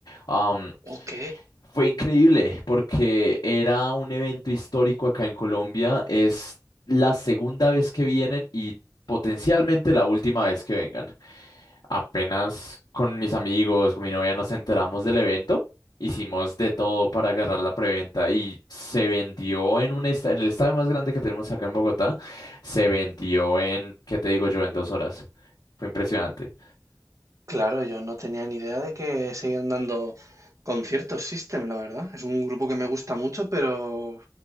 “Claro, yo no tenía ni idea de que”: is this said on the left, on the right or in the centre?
Right